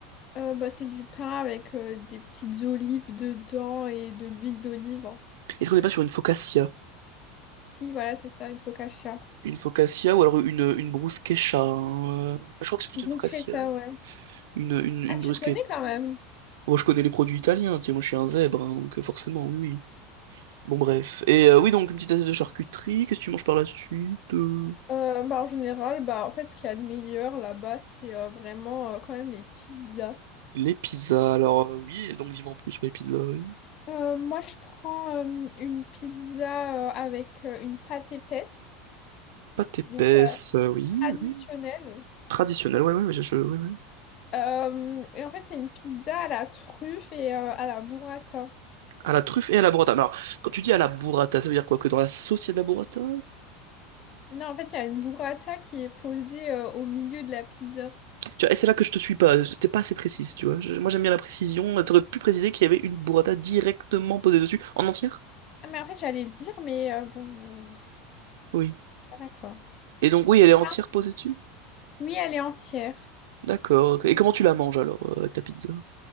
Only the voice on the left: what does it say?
Euh, bah, c'est du pain avec euh, des petites olives dedans et de l'huile d'olive.
Si, voilà, c'est ça, une focaccia.
Bruschetta,
ouais.
Ah, tu
connais quand même?
Euh, bah, en général, bah, en fait, ce qu'il y a de meilleur là-bas, c'est euh, vraiment euh, quand même les pizzas.
Euh, moi, je prends euh, une pizza euh, avec euh, une pâte épaisse,
donc euh,
traditionnelle.
Euh, et en fait, c'est une pizza à la truffe et euh, à la burrata.
Non, en fait, il y a une burrata qui est posée euh, au milieu de la pizza.
Ah, mais en fait, j'allais le dire, mais euh, bon, euh,
voilà quoi.
Ah,
Oui, elle est entière.